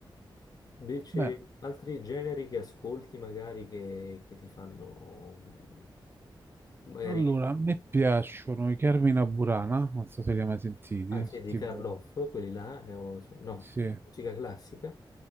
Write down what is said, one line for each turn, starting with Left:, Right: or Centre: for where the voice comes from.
Left: Invece,
Right: Beh,
Left: altri generi che ascolti magari che, che ti fanno, mm, magari,
Right: allora, a me piacciono i Carmina Burana, non so se li hai mai sentiti,
Left: anzi, di
Right: tipo,
Left: Karloff, quelli là, eh, o- so, no,
Right: sì.
Left: so, musica classica.